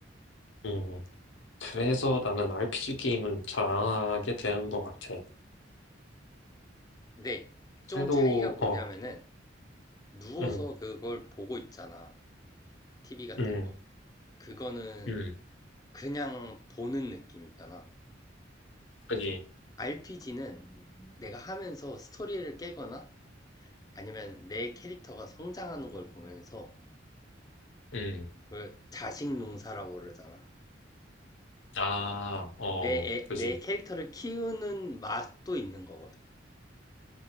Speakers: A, on the left (about 80°); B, on the left (about 20°).
A: 음, 그래서 나는 RPG 게임은 잘하게 되는 것 같아.
B: 근데 좀
A: 그래도,
B: 차이가 뭐냐면은
A: 어,
B: 누워서
A: 응,
B: 그걸 보고 있잖아. TV 같은
A: 응,
B: 거. 그거는
A: 응,
B: 그냥 보는 느낌이잖아.
A: 그지,
B: RPG는 내가 하면서 스토리를 깨거나 아니면 내 캐릭터가 성장하는 걸 보면서
A: 응,
B: 왜 자식 농사라고 그러잖아.
A: 아, 어,
B: 내 애
A: 그지.
B: 내 캐릭터를 키우는 맛도 있는 거거든.